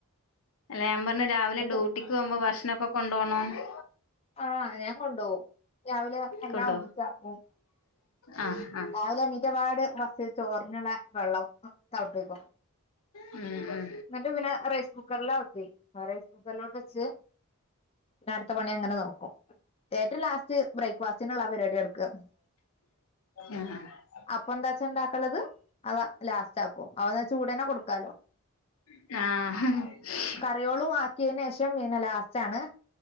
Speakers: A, on the left; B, on the left.
A: അല്ല ഞാൻ പറഞ്ഞ രാവിലെ
B: എന്ത്
A: ഡ്യൂട്ടിക്ക് പോകുമ്പോ ഭക്ഷണക്കെ കൊണ്ടോണോന്ന്
B: ആഹ് ഞാൻ കൊണ്ടോവും രാവിലെ എല്ലാം
A: കൊണ്ടോ
B: ഒന്നിച്ചാക്കും
A: ആഹ് ആഹ്
B: രാവിലെ എണ്ണീറ്റപാട് ഫസ്റ്റ് ചോറിനുള്ള വെള്ളം തെളപ്പിക്കും
A: ഉം ഉം
B: എന്നിട്ട് പിന്നെ റൈസ് കുക്കറിൽ ആക്കി റൈസ് കുക്കറിലോട്ട് വെച്ച് പിന്ന അടുത്ത പണി അങ്ങനെ നോക്കും ചേട്ടൻ ലാസ്റ്റ് ബ്രേക്ക്ഫാസ്റ്റിനുള്ള പരിപാടി എടുക്കും
A: ഉം ഉം
B: അപ്പൊ എന്താച്ചാ ഒണ്ടാക്കലത് അവ ലാസ്റ്റ് ആക്കും അവ ചൂടന്നെ കൊടുക്കാലോ
A: ആഹ് ഹ് ഹ്
B: കറിയോളും ആക്കിയന് ശേഷം പിന്നെ ലാസ്റ്റാണ്